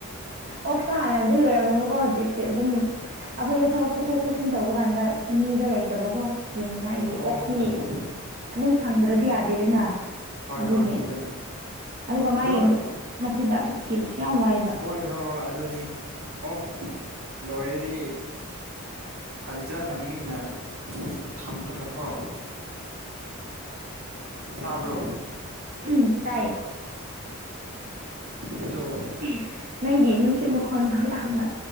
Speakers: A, on the right; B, on the right.
A: ꯑꯣꯛꯇꯣ ꯍꯥꯟꯅꯗꯤ ꯂꯣꯏꯔꯝꯃꯦꯕꯀꯣ ꯍꯧꯖꯤꯛꯇꯤ ꯑꯗꯨꯝ ꯑꯩꯈꯣꯏꯗꯣ ꯊꯕꯛ ꯆꯠꯊꯣꯛ ꯆꯠꯁꯤꯟ ꯇꯧꯕ ꯀꯥꯟꯗ ꯃꯤꯗꯣ ꯂꯩꯇꯕꯀꯣ ꯌꯦꯡꯅꯤꯉꯥꯏꯒꯤ
B: ꯑꯣ
A: ꯑꯣꯛꯇꯤ
B: ꯑꯣ
A: ꯑꯗꯨꯝ ꯁꯪꯗ꯭ꯔꯗꯤ ꯌꯥꯗꯦꯗꯅ
B: ꯍꯣꯏ
A: ꯑꯗꯨꯒꯤ
B: ꯍꯣꯏ ꯍꯣꯏ ꯑꯗꯨꯅꯤ
A: ꯑꯗꯨꯒ ꯃꯥꯒꯤ
B: ꯑꯗꯨ ꯍꯣꯏ
A: ꯃꯆꯤꯟꯖꯥꯛꯁꯨ ꯊꯤꯕꯁꯨ ꯌꯥꯝ ꯋꯥꯏꯕ
B: ꯍꯣꯏ ꯍꯣꯏ ꯑꯗꯨꯅꯤ ꯑꯣꯛ ꯂꯣꯏꯔꯗꯤ ꯐꯖꯅ ꯃꯤꯅ ꯊꯝꯂꯒꯀꯣ ꯇꯥꯕ꯭ꯔꯣ
A: ꯎꯝ ꯇꯥꯏꯌꯦ
B: ꯑꯗꯣ
A: <unintelligible> ꯅꯪꯒꯤ ꯅꯨꯡꯁꯤꯠ ꯃꯈꯣꯟꯗꯣ ꯌꯥꯝꯅ